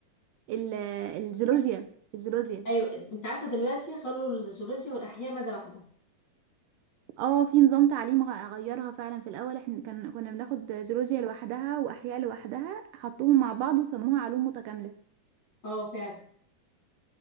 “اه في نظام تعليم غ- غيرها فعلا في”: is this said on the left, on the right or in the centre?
Right